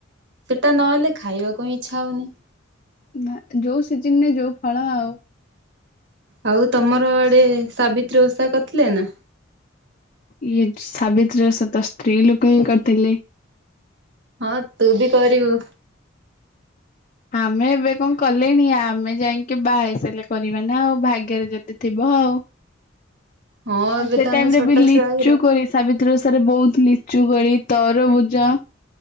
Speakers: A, on the right; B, on the left.
A: ସେଟା ନହେଲେ ଖାଇବାକୁ ହିଁ ଇଚ୍ଛା ହଉନି।
B: ନାଁ ଯୋଉ ସିଜିନରେ ଯୋଉ ଫଳ ଆଉ।
A: ଆଉ ତମର ଆଡେ ସାବିତ୍ରୀ ଓଷା କରିଥିଲେ ନା?
B: ଇଏ ସାବିତ୍ରୀ ଓଷା ତ ସ୍ତ୍ରୀ ଲୋକ ହିଁ କରିଥିଲେ।
A: ହଁ ତୁ ବି କରିବୁ।
B: ଆମେ ଏବେ କଣ କ ଲେଣି ଆମେ ଯାଇକି ବାହାହେଇ ସାରିଲେ କରିବା ନା ଆଉ ଭାଗ୍ୟରେ ଯଦି ଥିବ ଆଉ।
A: ହଁ ଏବେ
B: ଆଉ ସେ
A: ତ
B: ଟାଇମରେ
A: ଆମେ ଛୋଟ
B: ବି ଲିଚୁ
A: ଛୁଆ ଗୁରା
B: କୋଳି ସାବିତ୍ରୀ ଓଷାରେ ବହୁତ ଲିଚୁ କୋଳି ତରଭୁଜ